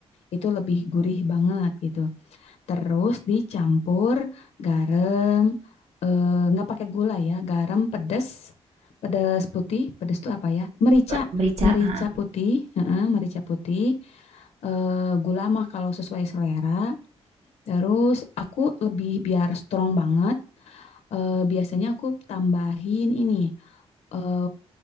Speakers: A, on the left; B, on the right.
A: itu lebih gurih banget gitu. Terus dicampur garam, eh, nggak pakai gula ya, garam pedas, pedas putih, pedas itu apa ya? Merica,
B: le merica,
A: merica
B: heeh,
A: putih, heeh, merica putih, eh, gula mah kalau sesuai selera. Terus aku lebih biar strong banget, eh, biasanya aku tambahin ini eh,